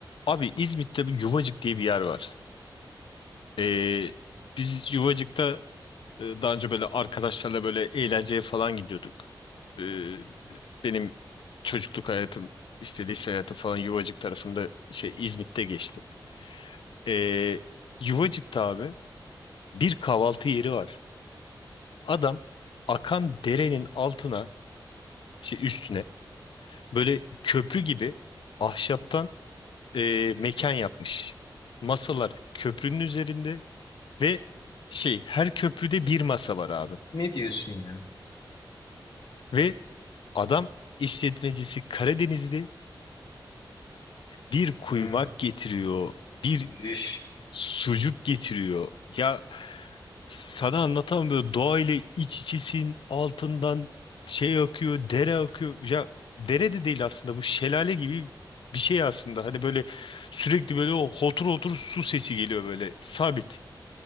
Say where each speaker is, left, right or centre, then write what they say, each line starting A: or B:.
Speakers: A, on the left; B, on the left.
A: Abi İzmit'te bir Yuvacık diye bir yer var. Ee, biz Yuvacık'ta e, daha önce böyle arkadaşlarla böyle eğlenceye falan gidiyorduk. Ee, benim çocukluk hayatım, işte lise hayatı falan Yuvacık tarafında şey İzmit'te geçti. Ee, Yuvacık'ta abi bir kahvaltı yeri var. Adam akan derenin altına, şey üstüne böyle köprü gibi ahşaptan e, mekan yapmış. Masalar köprünün üzerinde Ve şey her köprüde bir masa var abi.
B: Ne diyorsun ya?
A: Ve adam işletmecisi Karadenizli bir kuymak
B: Hmm,
A: getiriyor. Bir
B: üf.
A: sucuk getiriyor. Ya sana anlatan böyle doğayla iç içesin altından şey akıyor dere akıyor. Ya dere de değil aslında bu şelale gibi bir şey aslında. Hani böyle sürekli böyle o hotur hotur su sesi geliyor böyle sabit.